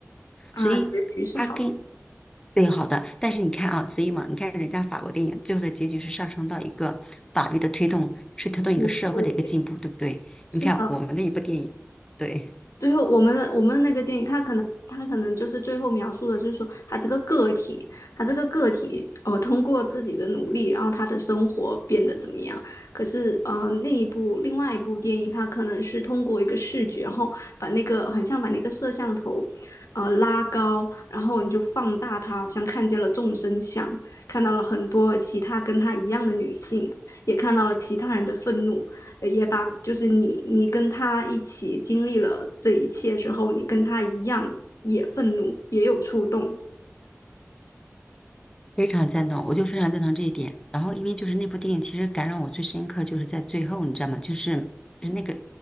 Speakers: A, on the left; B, on the left.
A: 啊，
B: 所以她跟。
A: 结局是好的，
B: 对，好的，但是你看啊，所以嘛，你看人家法国电影最后的结局是上升到一个法律的推动，是推动一个社会的一个进步，
A: 嗯对，
B: 对不对？
A: 是的，
B: 你看我们的一部电影，对。
A: 最后，我们的我们的那个电影，他可能他可能就是最后描述的，就是说他这个个体，他这个个体，呃，通过自己的努力，然后他的生活变得怎么样？可是，呃，那一部另外一部电影，他可能是通过一个视觉，然后把那个很像把那个摄像头，呃，拉高，然后你就放大它，好像看见了众生相，看到了很多其他跟他一样的女性，也看到了其他人的愤怒，呃也把就是你你跟他一起经历了这一切之后，你跟他一样也愤怒，也有触动。
B: 非常赞同，我就非常赞同这一点。然后，因为就是那部电影，其实感染我最深刻就是在最后，你知道吗？就是就是那个